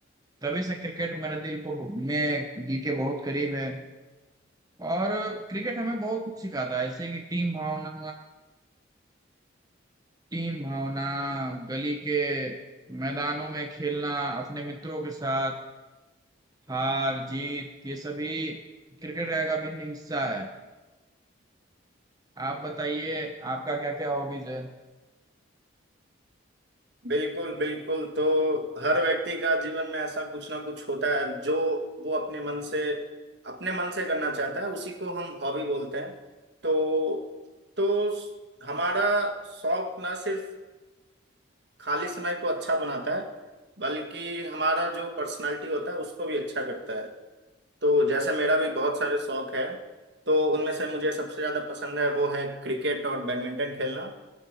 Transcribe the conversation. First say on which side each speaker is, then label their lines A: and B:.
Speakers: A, on the right (about 20°); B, on the right (about 55°).
A: तभी से क्रिकेट मेरे दिल को में दिल के बहुत करीब है और क्रिकेट हमें बहुत कुछ सिखाता है जैसे कि टीम भावना टीम भावना गली के मैदानों में खेलना अपने मित्रों के साथ हार जीत ये सभी क्रिकेट का एक अभिन्न हिस्सा है आप बताइए आपका क्या क्या हॉबीज है
B: बिल्कुल बिल्कुल तो हर व्यक्ति का जीवन में ऐसा कुछ ना कुछ होता है जो वो अपने मन से अपने मन से करना चाहता है उसी को हम हॉबी बोलते हैं तो तो हमारा शौक ना सिर्फ खाली समय को अच्छा बनाता है बल्कि हमारा जो पर्सनालिटी होता है उसको भी अच्छा करता है तो जैसे मेरा भी बहुत सारे शौक है तो उनमें से मुझे सबसे ज्यादा पसंद है वो है क्रिकेट और बैडमिंटन खेलना